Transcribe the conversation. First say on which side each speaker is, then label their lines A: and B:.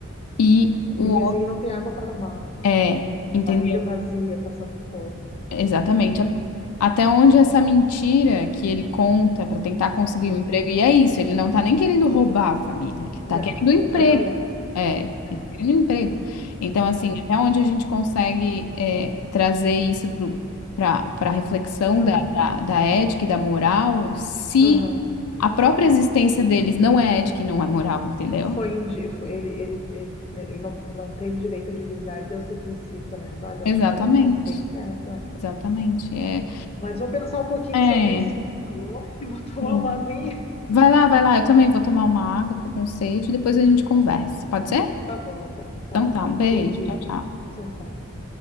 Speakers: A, on the left (about 90°); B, on the left (about 30°).
A: e o.
B: E o vizinho não tem água para tomar.
A: É, entendeu?
B: Barriga vazia, passando fome.
A: Exatamente.
B: É o fim,
A: A-
B: né?
A: Até onde essa mentira que ele conta para tentar conseguir
B: Ah,
A: um emprego. E é isso, ele não tá nem querendo roubar a família, ele
B: Não,
A: tá querendo um
B: quer
A: emprego.
B: trabalhar.
A: É,
B: É,
A: ele quer um emprego. Então, assim,
B: é,
A: até onde a gente consegue é, trazer isso para para reflexão
B: aham,
A: da, da, da ética e da moral, se
B: aham.
A: a própria existência deles não é ética e não é moral, entendeu?
B: Foi, indi- foi- ele, ele, ele, ele não, não teve direito à dignidade desde o princípio, né, Bárbara?
A: Exatamente,
B: Acho que pegou um ponto bem certo, é.
A: exatamente. É,
B: Mas vou pensar um pouquinho
A: é,
B: sobre isso que tu falou <laughs> e vou tomar
A: sim.
B: uma aguinha.
A: Vai lá, vai lá, eu também vou tomar uma água,
B: Tá,
A: tô com sede, depois a gente conversa, pode ser?
B: tá bom, então. Tá.
A: Então tá, um beijo,
B: Beijinho.
A: tchau, tchau.
B: Tchau, tchau.